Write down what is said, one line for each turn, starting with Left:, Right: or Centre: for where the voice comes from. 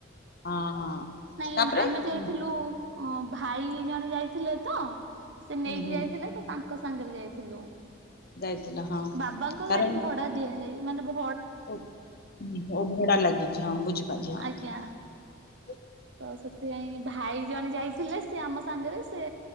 Left: ହଁ ହଁ।
Right: ନାଇଁ
Left: ତାପରେ
Right: ଆମେ ଯାଇଥିଲୁ।
Left: ହୁଁ
Right: ଅ ଭାଇ ଜଣେ ଯାଇଥିଲେ ତ। ସେ ନେଇକି
Left: ହୁଁ ହୁଁ
Right: ଯାଇଥିଲେ ତ ତାଙ୍କ ସ ସାଙ୍ଗରେ ଯାଇଥିଲୁ।
Left: ଯାଇଥିଲ ହଁ
Right: ବାବାଙ୍କ
Left: ତାର
Right: ଗାଡି ଭଡା ଦିଆଯାଏ। ମାନେ ବ <inaudible>
Left: ଓ ଓ ଭଡା ଲାଗିଛି ହଁ ବୁଝିପାରିଲି ହଁ।
Right: ଆଜ୍ଞା ତ ସେଥିପାଇଁ ଭାଇ। ଜଣେ ଯାଇ ଥିଲେ ସେ ଆମ ସାଙ୍ଗରେ ସେ